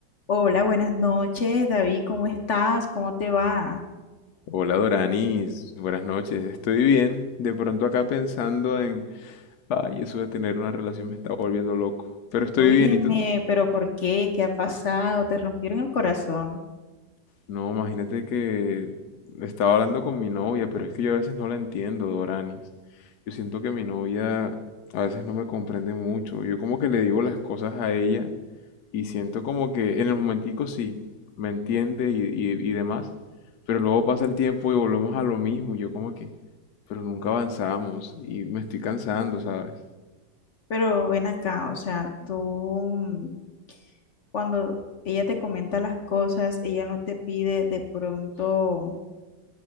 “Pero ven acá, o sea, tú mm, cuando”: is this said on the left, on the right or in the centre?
Left